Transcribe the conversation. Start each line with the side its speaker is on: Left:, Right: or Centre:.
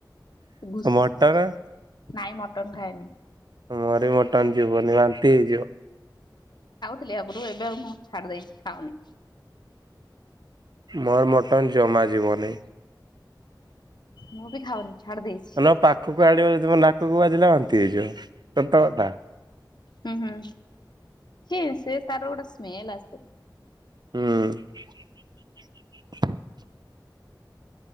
Left: ଘୁସ୍
Right: ମଟର
Left: ନାଇଁ ମଟନ ଖାଏନି।
Right: ମୋରି ମଟନ ଯିବନି ବାନ୍ତି ହେଇଯିବ।
Left: ଥିଲି ଆଗରୁ ଏବେ ଆଉ ମୁଁ ଛାଡି ଦେଇଚି ଖାଉନି।
Right: ମୋର ମଟନ ଜମା ଯିବନି।
Left: ମୁଁ ବି ଖାଉନି। ଛାଡି ଦେଇଛି।
Right: ନ ପାଖକୁ ଆଣିବ ଯଦି ମୋ ନାକକୁ ବାଜିଲା ବାନ୍ତି ହେଇଯିବ ସତ କଥା।
Left: ହୁଁ ହୁଁ ସେ ସେ ତାର ଗୋଟେ ସ୍ମେଲ ଆସେ।
Right: ହୁଁ।